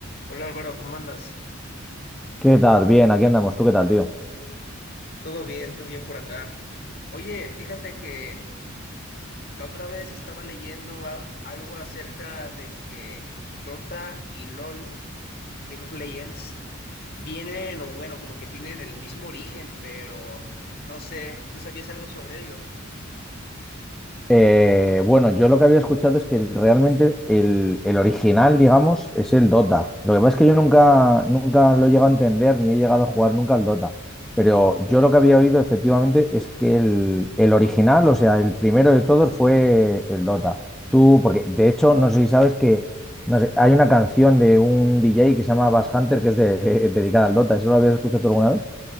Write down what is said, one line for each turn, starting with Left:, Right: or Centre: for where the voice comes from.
Left: Hola Álvaro, ¿cómo andas?
Centre: ¿Qué tal? Bien, aquí andamos. ¿Tú qué tal, tío?
Left: Todo bien, todo bien por acá. Oye, fíjate que la otra vez estaba leyendo a- algo acerca de que Dota y LOL, League of Legends, vienen o bueno, como que tienen el mismo origen, pero no sé, ¿tú sabías algo sobre ello?
Centre: Eh, bueno, yo lo que había escuchado es que realmente el, el original, digamos, es el Dota. Lo que pasa es que yo nunca, nunca lo he llegado a entender ni he llegado a jugar nunca al Dota. Pero yo lo que había oído efectivamente es que el, el original, o sea, el primero de todos fue el Dota. Tú, porque de hecho, no sé si sabes que no sé, hay una canción de un DJ que se llama Bass Hunter que es de- <laughs> eh, dedicada al Dota. ¿Eso lo habías escuchado tú alguna vez?